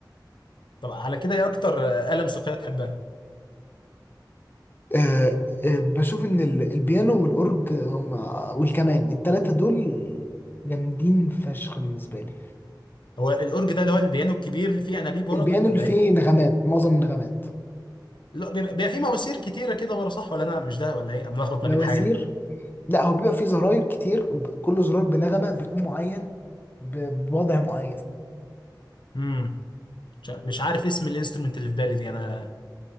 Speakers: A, on the left; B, on the left.
A: طب على كده ايه اكتر آه، آلة موسيقيه تحبها
B: آه، آه، بشوف ان ال- البيانو والاورج هم والكمان التلاتة دول جامدين فشخ بالنسبة لي
A: هو الاورج ده اللي هو البيانو الكبير اللي فيه انابيب ورا
B: البيانو
A: ده ولا
B: اللي فيه
A: ايه
B: نغمات معظم النغمات
A: لا بيبقى بيبقى فيه مواسير كتيره كده ورا صح ولا انا مش ده ولا ايه انا ملخبط
B: مواسير
A: ما بين حاجه
B: لا هو بيبقى فيه زراير كتير ب- كل زرار بنغمة بتون معين ب- بوضع معين
A: امم مش مش عارف اسم الانسترومنت اللي في بالي دي انا